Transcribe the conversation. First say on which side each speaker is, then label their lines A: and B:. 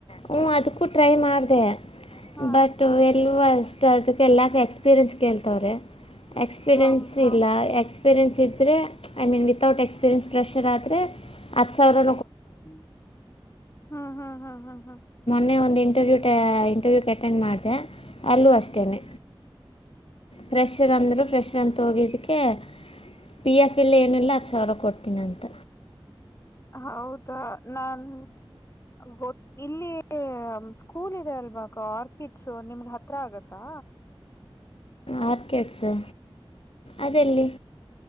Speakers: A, on the left; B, on the left.
A: ಹ್ಞೂ ಅದಕ್ಕೂ ಟ್ರೈ ಮಾಡಿದೆ
B: ಹಾ
A: ಬಟ್ ಹೊಸದು ಅದಕ್ಕೆಲ್ಲಾಕ ಎಕ್ಸ್ಪೀರಿಯೆನ್ಸ್ ಕೇಳ್ತವ್ರೆ ಎಕ್ಸ್ಪೀರಿಯೆನ್ಸ್
B: ಹೌದಾ.
A: ಇಲ್ಲ ಎಕ್ಸ್ ಎಕ್ಸ್ಪೀರಿಯೆನ್ಸ್ ಇದ್ರೆ I mean without experience pressure ಆದರೆ ಹತ್ತು ಸಾವಿರ
B: ಹ್ಮ್ ಹ್ಮ್ ಹ್ಮ್
A: ಮೊನ್ನೆ ಒಂದು ಇಂಟರ್ವ್ಯೂಟ ಇಂಟರ್ವ್ಯೂ ಅಟೆಂಡ್ ಮಾಡಿದೆ ಅಲ್ಲೂ ಅಷ್ಟೇನೆ ಫ್ರೆಷರ್ ಅಂದ್ರರು ಫ್ರೆಷರ್ ಅಂತೋಗಿದಕ್ಕೆ ಪಿ ಎಫ್ ಎಲ್ಲಿ ಏನಿಲ್ಲ ಅದು ಸಾವಿರ ಕೊಡ್ತೀನ ಅಂತ
B: ಹೌದಾ ನಾನ್ ಗೊ ಇಲ್ಲಿ ಸ್ಕೂಲ್ ಇದೆ ಅಲ್ವಾ ಆರ್ಕಿಡ್ಸ ನಿಮಗ ಹತ್ರ ಆಗತ್ತಾ
A: ಆರ್ಕಿಡ್ಸು ಅದೆಲ್ಲಿ